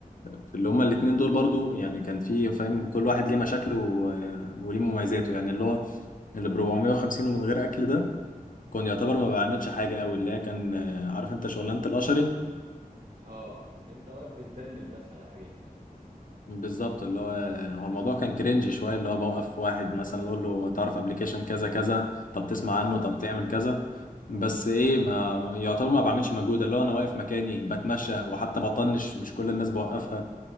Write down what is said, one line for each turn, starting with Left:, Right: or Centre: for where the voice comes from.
Left: في اللي هما الاتنين دول برضو يعني كان في فاهم كل واحد ليه مشاكله و- وليه مميزاته يعني اللي هو اللي ب 450 ومن غير اكل ده كان يعتبر ما بعملش حاجه قوي اللي هي كان آه، عارف انت شغلانه القشري
Right: اه انت واقف بتدلل بس على حاجات
Left: بالظبط اللي هو هو الموضوع كان كرنج شويه اللي هو بوقف واحد مثلا اقول له تعرف ابلكيشن كذا كذا طب
Right: امم
Left: تسمع عنه طب تعمل كذا بس ايه ما يعتبر ما بعملش مجهود اللي هو انا واقف مكاني بتمشى وحتى بطنش مش كل الناس بوقفها